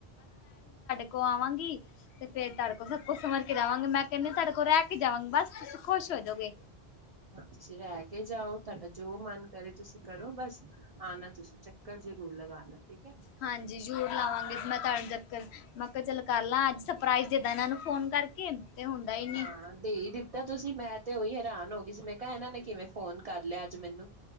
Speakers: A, on the left; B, on the right.
A: ਕੋ ਆਵਾਂਗੀ ਤੇ ਫ਼ੇਰ ਤਾਡੇ ਕੋਲ ਸਭ ਕੁਝ ਸਮਝ ਕੇ ਜਾਵਾਂਗੀ ਮੈਂ ਕੈਨੀ ਆ ਤੁਹਾਡੇ ਕੋਲ ਰਹਿ ਕੇ ਜਾਵਾਂਗੀ ਬਸ ਖੁਸ਼ ਹੋਜੋਗੇ
B: ਹਾਂ ਤੁਸੀਂ ਰੈ ਕੇ ਜਾਓ ਤੁਹਾਡਾ ਜੋ ਮਨ ਕਰੇ ਤੁਸੀਂ ਕਰੋ ਬਸ ਆ ਨਾ ਤੁਸੀਂ ਚੱਕਰ ਜ਼ਰੂਰ ਲਗਾਣਾ ਠੀਕ ਐ!
A: ਹਾਂਜੀ ਜ਼ਰੂਰ ਲਾਵਾਂਗੇ ਮੈਂ ਤਾਂਨੂੰ ਚੱਕਰ ਮੈਂ ਕਾ ਚੱਲ ਕਰ ਲਾਂ ਅੱਜ ਸਰਪ੍ਰਾਈਜ਼ ਦੇਦਾਂ ਏਨਾਂ ਨੂੰ ਫੋਨ ਕਰਕੇ। ਤੇ ਹੁੰਦਾ ਹੀ ਨਹੀਂ
B: ਹਾਂ ਦੇਈ ਦਿੱਤਾ ਤੁਸੀਂ ਮੈਂ ਤੇ ਓਹੀ ਹੈਰਾਨ ਹੋ ਗੀ ਸੀ ਮੈਂ ਕਾ ਏਨਾਂ ਨੇ ਕਿਵੇਂ ਫੋਨ ਕਰ ਲਿਆ ਅੱਜ ਮੈਨੂੰ-